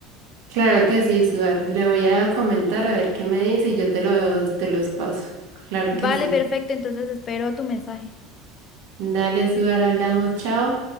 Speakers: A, on the right; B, on the left.
A: Claro que sí, Suar. Le voy a comentar a ver qué me dice y yo te los, te los paso. Claro
B: Vale,
A: que sí.
B: perfecto, entonces espero tu mensaje.
A: Dale, Suar, hablamos, chao.